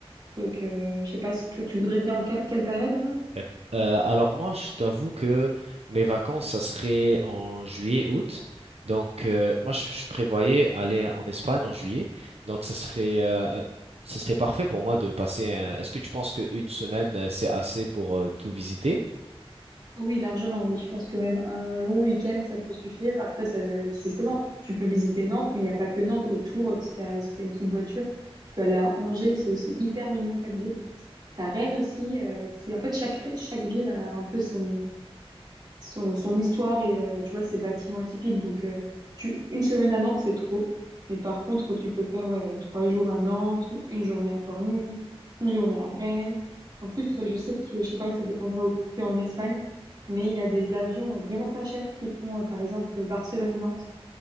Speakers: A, on the right (about 45°); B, on the right (about 80°).
A: Donc, euh, je sais pas si toi, tu voudrais bien en quelle, quelle période, Anas?
B: Euh, Euh, alors moi, je t'avoue que mes vacances, ça serait en juillet, août. Donc euh, moi, je, je prévoyais aller en Espagne en juillet. Donc ça serait, euh, ça serait parfait pour moi de passer. un- Est-ce que tu penses qu'une semaine, euh, c'est assez pour euh, tout visiter?
A: Oui, largement, oui. Je pense que même un long week-end, ça peut suffire. Après, ça- justement, tu peux visiter Nantes, mais il n'y a pas que Nantes. Autour, si t'as, si t'as une petite voiture, tu peux aller à Angers, c'est aussi hyper mignon comme ville. T'as Rennes aussi, euh, qui, en fait, chaque, chaque ville a un peu son son, son histoire et euh, tu vois, ses bâtiments atypiques. Donc, euh, tu, une semaine à Nantes, c'est trop. Mais par contre, tu peux faire ouais, euh, trois jours à Nantes, une journée à Pornic, une journée à Rennes. En plus, euh, je sais que, je sais pas, ça dépendra où tu es en Espagne, mais il y a des avions vraiment pas chers qui font, euh, par exemple, Barcelone-Nantes.